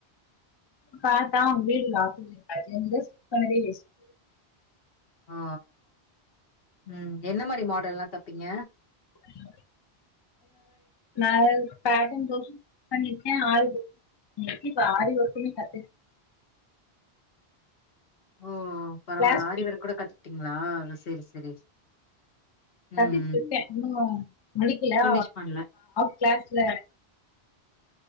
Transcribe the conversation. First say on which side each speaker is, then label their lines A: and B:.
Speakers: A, on the left (about 40°); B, on the left (about 60°).
A: காட்டா வீடுங்ளா <unintelligible>
B: அ ம் என்ன மாரி மாடல்லா தப்பீங்க
A: <unintelligible> நா பேட்டன் கொர்ஸ்சு பண்ணிருக்கே ஆறு கோர்ஸ்சு இப்ப ஆறு கோர்ஸ்சு கத்து
B: ஓ பரவால
A: கிளாஸ்
B: ஆரி
A: போயிட்டு
B: வொர்க் கூட கத்துக்கிட்டீ ங்களா சேரி சேரி
A: கத்திட்டிருக்க
B: ம் ம்
A: இன்னு முடிக்கல்லா
B: ஃபினிஷ் பண்ல
A: கிளாஸ்ல